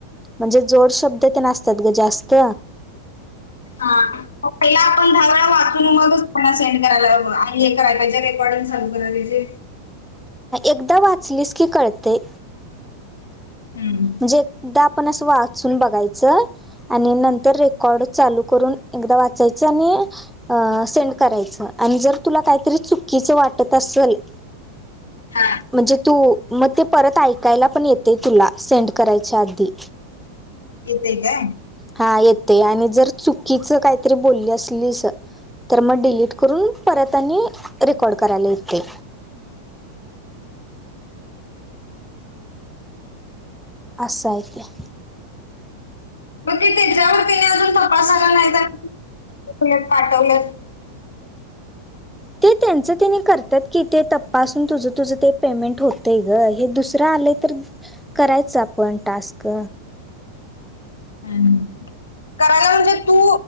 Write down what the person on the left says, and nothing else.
हा पहिला आपण दहा वेळा वाचुन मग त्यांना सेंड करायला हवं आणि हे कराय पाहिजे रेकॉर्डिंग लू कराय पाहिजे
हम् हम
हा.
येतय का
मग ते त्याच्यावरती <unintelligible> ने अजून तपासायला नाहीत पाठवलंत
ह करायला म्हणजे तू